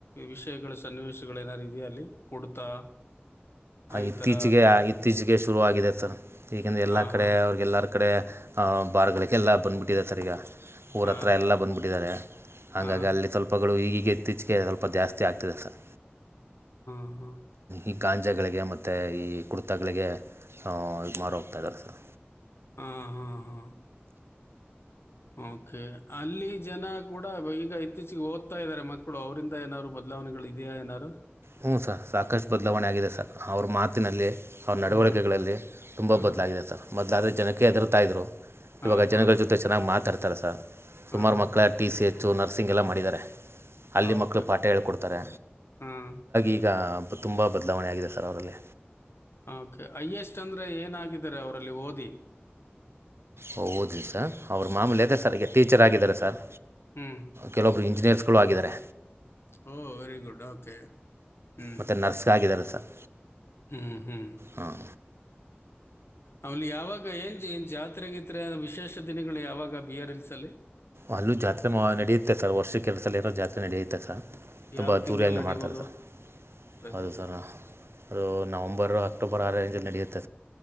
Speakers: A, on the left; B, on the right.
A: ವಿಷಯಗಳ ಸನ್ನಿವೇಶಗಳು ಏನಾದಾರು ಇದೆಯಾ ಅಲ್ಲಿ ಕುಡ್ತಾ ಈ
B: ಇತ್ತೀಚೆಗೆ
A: ಥರ
B: ಇತ್ತೀಚೆಗೆ ಶುರುವಾಗಿದೆ ಸರ್ ಈ ಏಕಂದರೆೆ ಎಲ್ಲ
A: ಹಾಂ
B: ಕಡೆ
A: ಹಾಂ
B: ಅವ್ರಿಗೆಲ್ಲರ ಕಡೆ ಬಾರ್ಗಳಕ್ಕೆ ಎಲ್ಲ ಬಂದುಬಿಟ್ಟಿದೆ ಸರ್ ಈಗ ಊರ
A: ಹಾಂ
B: ಹತ್ರ ಎಲ್ಲ ಬಂದಬಿಟ್ಟಿದ್ದಾರೆ ಹಂಗಾಗಿ
A: ಹಾಂ
B: ಅಲ್ಲಿ ಸ್ವಲ್ಪಗಳು ಈಗೀಗ ಇತ್ತೀಚೆ ಅದಕ್ಕೆ ಸ್ವಲ್ಪ ಜಾಸ್ತಿ ಆಗ್ತಿದೆ ಸರ್
A: ಹಾಾ
B: ಈ ಗಾಂಜಾಗಳಿಗೆ ಮತ್ತು ಈ ಕುಡ್ತಗಳಿಗೆದು ಮಾರು ಹೋಗ್ತಾ ಇದ್ದಲ್ಲ ಸರ್
A: ಹಾ ಹಾ ಹಾ ಓಕೆ ಅಲ್ಲಿ ಜನ ಕೂಡ ಈಗ ಇತ್ತೀಚಿಗೆ ಓದ್ತಾ ಇದಾರೆ ಮಕ್ಕಳು ಅವ್ರಂದ ಏನಾದ್ರು ಮೊದ್ ಚಲಾವಣೆಗಳು ಇದೆಯಾ ಏನಾರು
B: ಹ್ಞೂ ಸರ್ ಸಾಕಷ್ಟು ಬದಲಾವಣೆ ಆಗಿದೆ ಸರ್ ಅವ್ರ ಮಾತಿನಲ್ಲಿ ಅವ್ರ ನಡವಳಿಕೆಗಳಲ್ಲಿ
A: ಹ್ಮ್
B: ತುಂಬ
A: ಹಾಂ
B: ಬದಲಾಗಿದೆ ಸರ್ ಮೊದಲಾದರೆ ಜನಕ್ಕೆ ಹೆದುರ್ತಾಯ ಇದ್ರು
A: ಹಾಂ
B: ಇವಾಗ
A: ಹಾಂ
B: ಜನಗಳ ಜೊತೆ ಚೆನ್ನಾಗಿ ಮಾತಾಡ್ತಾರ ಸ
A: ಹಾಂ
B: ಸುಮಾರು ಮಕ್ಕಳ ಟಿ ಸಿ ಎಚ್ ಹೆಚ್ಚು ನರ್ಸಿಂಗ್ ಎಲ್ಲ ಮಾಡಿದ್ದಾರೆ ಅಲ್ಲಿ
A: ಓಕೆ
B: ಮಕ್ಕಳು ಪಾಠ ಹೇಳಿಕೊಡ್ತಾರೆ
A: ಹಾಂ
B: ಈಗ ತುಂಬ ಬದಲಾವಣೆ ಆಗಿದೆ ಸರ್ ಅವರಲ್ಲಿ
A: ಹ ಹೈಯೆಸ್ಟ್ ಅಂದ್ರೆ ಏನಾಗಿದ್ದಾರೆ ಅವರಲ್ಲಿ ಓದಿ
B: ಓ ಹಓದ್ರಿ ಸರ್ ಅವ್ರ ಮಾಮೂಲಿ ಅದೆೇ ಸರ್ ಟೀಚರ್ ಆಗಿದ್ದಾರೆ ಸರ್
A: ಹ್ಞೂ
B: ಕೆಲೊಬ್ರು ಇಂಜಿನಿಯರ್ಸ್ ಸುಲುವಾಗಿದ್ದಾರೆ
A: ಓ ವೆರಿ ಗುಡ್ ಓಕೆ ಹ್ಮ್
B: ಮತ್ತು ನರ್ಸ್ ಆಗಿದ್ದಾರೆ ಸರ್
A: ಹ್ಮ್ ಹ್ಮ್
B: ಹಾಂ
A: ಅವಲ್ಲಿ ಯಾವಾಗ ಏನು ಏನು ಜಾತ್ರೆಗಿತ್ ವಿಶೇಷ ದಿನಗಳು ಯಾವಾಗ ಬಿಿಯರ್ ಇಲ್ಸಲ್ಲಿ
B: ಅಲ್ಲೂ ಜಾತ್ರೆ ನಡೆಯುತ್ತೆ ಸರ್ ವರ್ಷ ಕೆಲಸದಲ್ಲಿ ಇರೋ ಜಾತ್ರೆ ನಡೆಯುತ್ತೆ ಸರ್ ತುಂಬ
A: ಯಾವ ತಿಂಗಳಲ್ಲಿ
B: ದೂರಿಯಾಗಿನ
A: ನಡಿಬೋದು
B: ಮಾಡ್ತಾರೆ ಸರ್
A: ಪ್ರಯತ್ನ
B: ಹೌದು ಸರ್ ಅದು ನಾವು ಒಂಬರು ಹ ಅಕ್ಟೋಬರರೆ ಇಂಜ ನಡಿಯತ